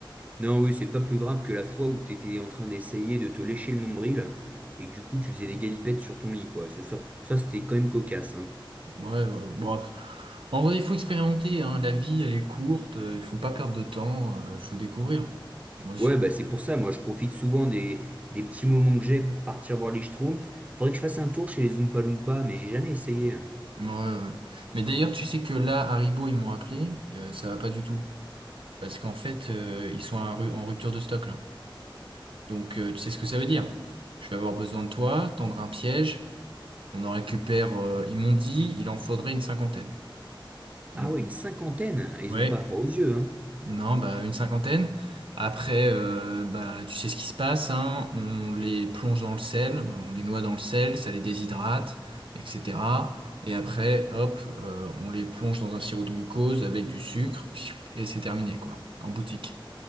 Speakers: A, on the right (about 15°); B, on the right (about 75°).
A: Non, oui, c'est pas plus grave que la fois où t'étais en train d'essayer de te lécher le nombril et que du coup tu faisais des galipettes sur ton lit quoi. Ça, ça, ça, c'était quand même cocasse, hein
B: Ouais, ouais. Bon, en vrai, il faut expérimenter, hein. La vie, elle est courte, euh, il faut pas perdre de temps, euh, il faut découvrir. Moi, c'est...
A: Ouais, bah c'est pour ça, moi je profite souvent des, des petits moments que j'ai pour partir voir les Schtroumpfs. Faudrait que je fasse un tour chez les Oompa Loompa, mais j'ai jamais essayé.
B: Ouais, ouais. ouais. Mais d'ailleurs, tu sais que là, Haribo, ils m'ont appelé, euh, ça va pas du tout. Parce qu'en fait, euh, ils sont en ru- en rupture de stock là. Donc, euh, tu sais ce que ça veut dire. Je vais avoir besoin de toi, tendre un piège, on en récupère, euh, ils m'ont dit, il en faudrait une cinquantaine. Donc,
A: Ah ouais, une cinquantaine, ils
B: ouais.
A: ont pas froid aux yeux, hein.
B: Non, bah une cinquantaine. Après, euh, bah tu sais ce qui se passe, hein. On les plonge dans le sel, on les noie dans le sel, ça les déshydrate, etc. Et après, hop, euh, on les plonge dans un sirop de glucose avec du sucre, pfiou, et c'est terminé, quoi, en boutique.